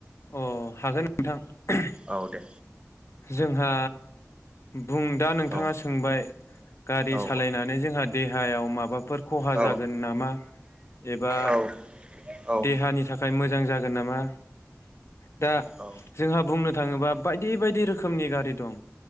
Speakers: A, on the left (about 60°); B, on the right (about 20°).
A: अ हागोन। नोंथां
B: औ दे
A: जोंहा बुं दा नोंथाङा
B: औ
A: सोंबाय गारि
B: औ
A: सालायनानै जोंहा देहायाव माबाफोर खहा
B: औ
A: जागोन नामा एबा
B: औ औ
A: देहानि था मोजां जागोन नामा? दा
B: औ औ
A: जोंहा बुंनो थांङोबा बायदि बायदि रो खोमनि गारि दं